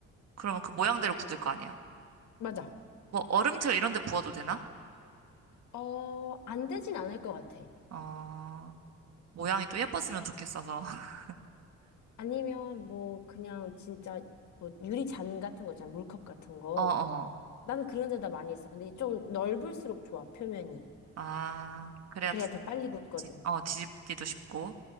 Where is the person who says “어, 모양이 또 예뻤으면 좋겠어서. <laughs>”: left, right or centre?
Right